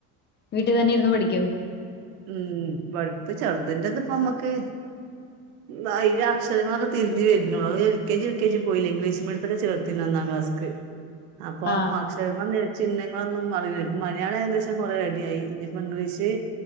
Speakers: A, on the left (about 25°); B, on the right (about 90°).
A: വീട്ടിൽ തന്നെ ഇര്ന്ന് പഠിക്കും
B: ഉം വഴുപ്പ് ചേർതന്റെത് ഇപ്പം നമ്മക്ക് വായിൽ അക്ഷരങ്ങളൊക്കെ തിരിഞ്ഞു വരുന്നുള്ളു L K G U K G പോയില്ല ഇംഗ്ലീഷ് മീഡിയത്തിലാ ചേർത്തീനെ ഒന്നാം ക്ലാസ്ക് അപ്പം
A: ആഹ്
B: അക്ഷരങ്ങളൊന്നെയുതു ചിഹ്നങ്ങളൊന്നും അറില്ല ഇപ്പൊ മലയാളം ഏകദേച്ചാൽ കൊറെേ റെഡിയായി ഇനിയിപ്പോ ഇംഗ്ലീഷ്